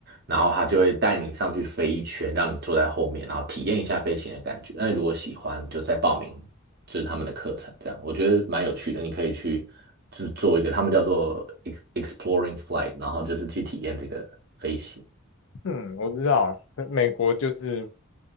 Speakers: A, on the right (about 50°); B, on the left (about 65°).
A: 然后他就会带你上去飞一圈，让你坐在后面，然后体验一下飞行的感觉。那你如果喜欢，你就再报名就是他们的课程，这样我觉得蛮有趣的。你可以去就是做一个，他们叫做 ex- exploring flight，然后就是去体验这个飞行。
B: 嗯，我知道，可美国就是